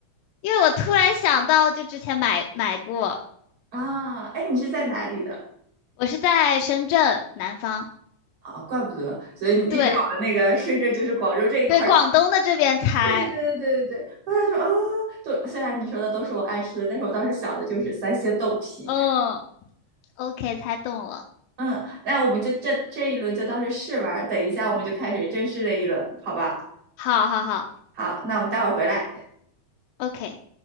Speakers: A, on the left; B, on the right.
A: 因为我突然想到，就之前买买过，
B: 啊，哎，你是在哪里的？
A: 我是在深圳南方，
B: 啊，怪不得，所以你一直往那个顺着就是广州这一块儿。
A: 对对，广东的这边猜，
B: 对对对对对对对，我想说啊，都虽然你说的都是我爱吃的，但是我当时想的就是三鲜豆皮。
A: 嗯，OK，猜中了，
B: 嗯，那我们就这这一轮就当是试玩等一下我们就开始正式的一轮，好吧？
A: 好好好
B: 好，那我们待会儿回来。
A: ，OK。